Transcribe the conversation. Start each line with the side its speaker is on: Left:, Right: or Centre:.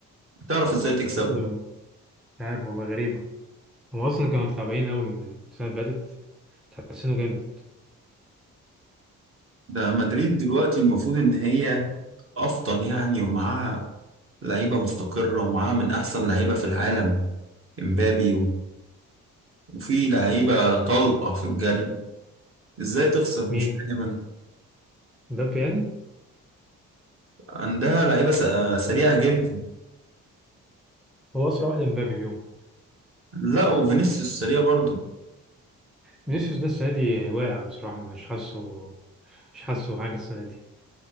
Right: بتعرف إزاي تكسبها
Centre: برضه والله مش عارف والله غريبه هم اصلا كانوا تعبانين قوي من السنه اللي فاتت تحسنوا جامد
Right: ده مدريد دلوقتي المفروض إن هي أفضل يعني ومعاها لعيبة مستقرة ومعاها من أحسن لعيبة في العالم إمبابي و- وفي لعيبة طلقة في الجري إزاي تخسر
Centre: مين
Right: مش فاهم أنا
Centre: مبابي يعني
Right: عندها لعيبة س- آه سريعة جدا
Centre: هو اسرع واحد مبابي فيهم
Right: لا وفينيسيوس سريع برضه
Centre: فينيسيوس ده السنة دي واقع بصراحة مش حاسه مش حاسه حاجة السنة دي